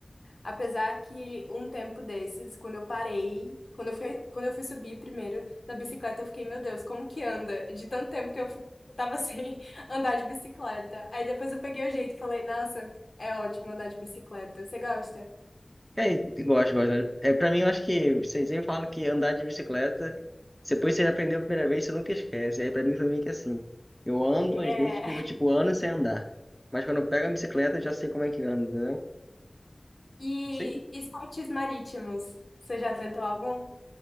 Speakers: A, on the left (about 65°); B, in the centre.
A: Apesar que um tempo desses, quando eu parei, quando eu fui, quando eu fui subir primeiro na bicicleta, eu fiquei, meu Deus, como que anda? De tanto tempo que eu fi- tava <laughs> sem andar de bicicleta. Aí depois eu peguei o jeito e falei, nossa, é ótimo andar de bicicleta. Você gosta?
B: É, e- e gosto, gosto. É, pra mim, eu acho que vocês sempre falam que andar de bicicleta, depois que você aprendeu a primeira vez, você nunca esquece. Aí pra mim foi meio que assim. Eu ando,
A: É.
B: às vezes, fico tipo anos sem andar. Mas quando eu pego a bicicleta, eu já sei como é que anda, entendeu?
A: E
B: Não sei.
A: esportes marítimos, você já tentou algum?